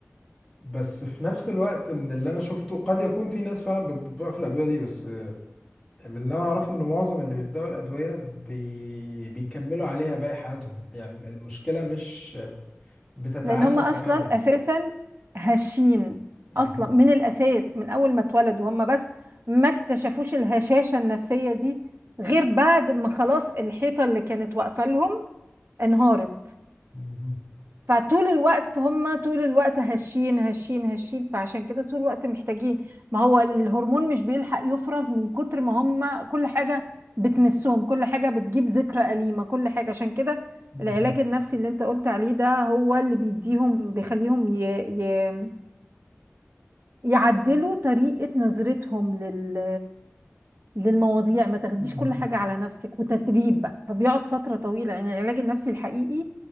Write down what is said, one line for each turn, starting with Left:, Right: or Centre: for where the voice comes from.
Centre: بس في نفس الوقت من اللي انا شفته قد يكون في ناس فعلا بت- بتوقف الادويه دي بس آه، من اللي انا اعرفه ان معظم اللي بيبداوا الادويه بي... بيكملوا عليها باقي حياتهم يعني المشكله مش بتتعافى
Right: لان هم اصلا
Centre: تماما
Right: اساسا هشين
Centre: مهم.
Right: اصلا من الاساس من اول ما اتولدوا هم بس ما اكتشفوش الهشاشه النفسيه دي غير بعد ما خلاص الحيطه اللي كانت واقفه لهم انهارت
Centre: مهم.
Right: فطول الوقت هم طول الوقت هشين هشين هشين فعشان كده طول الوقت محتاجين ما هو الهرمون مش بيلحق يفرز من كتر ما هم كل حاجة بتمسهم كل حاجة بتجيب ذكرى أليمة كل حاجة عشان كده
Centre: مهم.
Right: العلاج النفسي اللي انت قلت عليه ده هو اللي بيديهم بيخليهم ي... ي... يعدلوا طريقة نظرتهم لل للمواضيع ما تاخديش
Centre: مهم.
Right: كل حاجة على نفسك وتدريب بقى فبيقعد فترة طويلة يعني العلاج النفسي الحقيقي